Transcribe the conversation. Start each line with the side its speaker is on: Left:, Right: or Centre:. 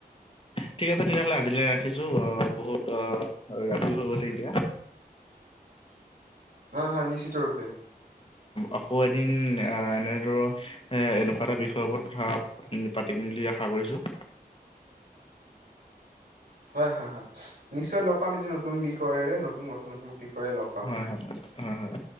Left: ঠিক আছে তেতিয়াহলে আজিলৈ ৰাখিছোঁ, আহ বহুত অহ ৰাতিও হৈ গৈছে এতিয়া।
Right: হয় হয় নিশ্চিত ৰূপে।
Left: আকৌ এদিন এনেদৰ এ এনেকুৱা এটা বিষয়ৰ ওপৰত কথা পাতিম বুলি আশা কৰিছো।
Right: হয় হয় হয়, নিশ্চয় লগ পাম এইটো নতুন বিষয়েৰে নতুন গঠনাত্মক। বিষয়ে লগ পাম।
Left: হয় হয় হয় হয়।